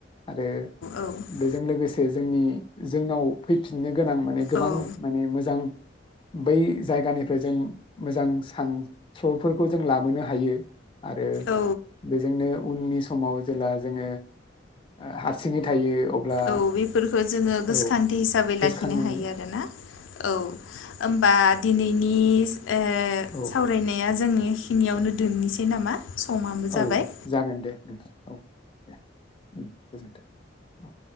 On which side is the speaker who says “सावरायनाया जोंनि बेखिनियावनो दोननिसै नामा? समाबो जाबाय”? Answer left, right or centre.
Left